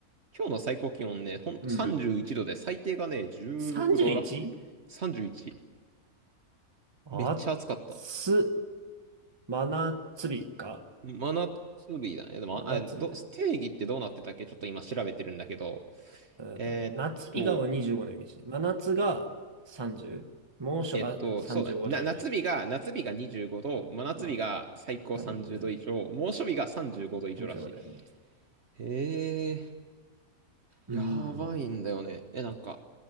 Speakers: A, on the right; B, on the right.
A: 今日の最高気温ね、ほんと31度で、
B: うん。
A: 最低がね、16度らしい。
B: 31?
A: 31。
B: 暑、
A: めっちゃ暑かった。
B: あっつ真夏日か。
A: 真夏日だね。でも、
B: 真夏日だね。
A: あ、ど、定義ってどうなってたっけちょっと今調べてるんだけど。
B: えーっとね、
A: えーっと、
B: 夏日が25のイメージ。真夏が 30? 猛暑が35とかじゃない
A: えっと、そうだね。な、夏日が、夏日が25度、真夏日が最高30度以上、
B: うん。30、
A: 猛暑日が35度以上らしい。
B: 35だよね。
A: へえ、
B: うー
A: やばいんだよね。
B: ん。
A: え、なんか、